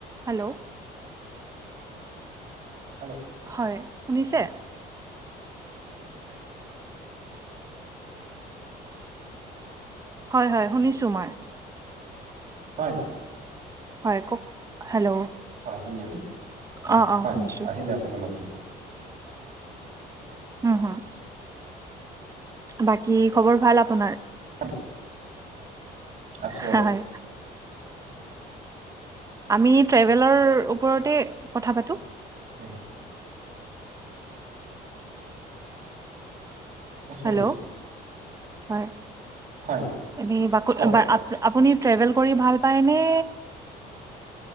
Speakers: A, on the right (about 20°); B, on the right (about 45°).
A: Hello
B: hello
A: হয় শুনিছে হয় হয় শুনিছোঁ মই
B: হয়
A: হয় কওঁক হেল্ল'
B: অঁ শুনি আছো
A: অঁ অঁ
B: হয়
A: শুনিছোঁ
B: আহিলে আপোনাৰ মাতো
A: উম হু বাকী খবৰ ভাল আপোনাৰ
B: হয়, আছো
A: হয়
B: আছো
A: আমি ট্ৰেভেলৰ ওপৰতে কথা পাতো
B: হয় নিশ্চয়
A: হেল্ল'
B: নিশ্চয়।
A: হয়
B: হয়
A: এ বাক
B: কওক
A: আপুনি ট্ৰেভেল কৰি ভাল পায় ন